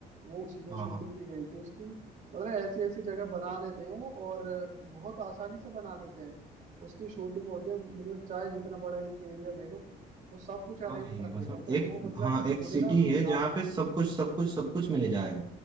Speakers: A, on the right; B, on the right.
A: वो उसी में
B: हाँ
A: शूटिंग
B: हाँ
A: की गई थी उसकी मतलब ऐसी ऐसी जगह बना देते हैं वो और बहुत आसानी से बना देते हैं उसकी शूटिंग होती है मतलब चाहे जितना बड़ा एरिया ले लो वो सब कुछ अरेंज
B: हाँ भाई
A: कर
B: मतलब
A: देते हैं तो
B: एक
A: वो मतलब
B: हाँ एक
A: मुझे
B: सिटी
A: ना उसमें
B: है
A: जाना
B: जहाँ पे
A: है
B: सब कुछ सब कुछ सब कुछ मिल जाएगा